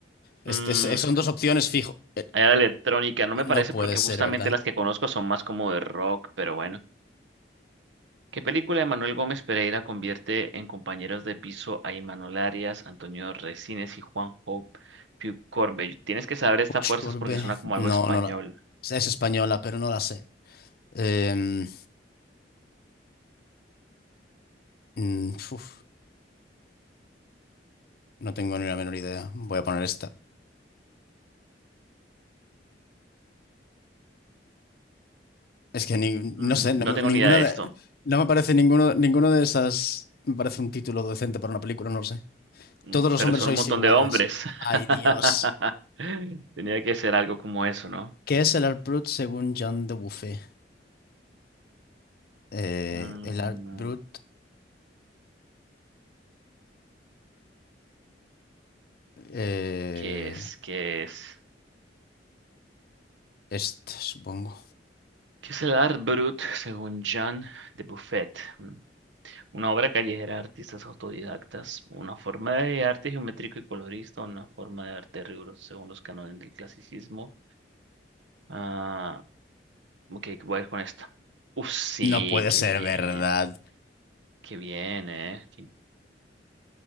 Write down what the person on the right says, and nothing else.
Mm,
era electrónica, no
me parece
porque
justamente
las que conozco son más como de rock, pero bueno. ¿Qué película de Manuel Gómez Pereira convierte en compañeros de piso a Imanol Arias, Antonio Resines y Juanjo Piu Corbe? Tienes que saber estas
fuerzas
porque suena como algo
español.
Mm,
No
tengo
ni idea de
esto,
mm,
pero
son
un montón
de hombres.
<laughs>
Tenía que ser algo como eso, ¿no?
Mm,
¿Qué es? ¿Qué es?
¿Qué es el Art Brut según Jean de Buffet? Mm, Una obra callejera de artistas autodidactas, una forma de arte geométrico y colorista, una forma de arte riguroso según los cánones del clasicismo. Ah, ok, voy a ir con esta. Uf, sí,
qué
bien,
qué bien, ¿eh? ¿Qui-